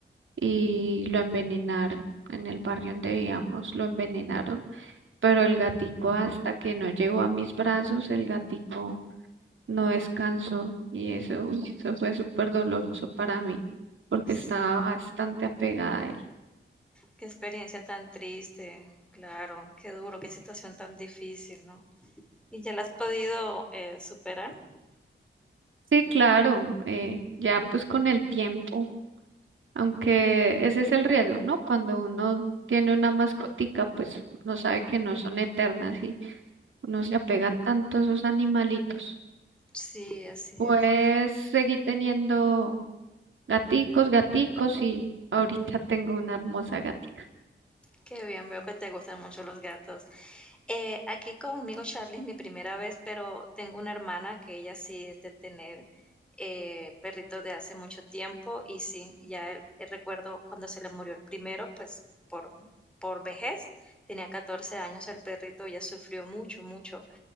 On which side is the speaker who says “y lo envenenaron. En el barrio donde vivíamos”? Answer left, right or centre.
Right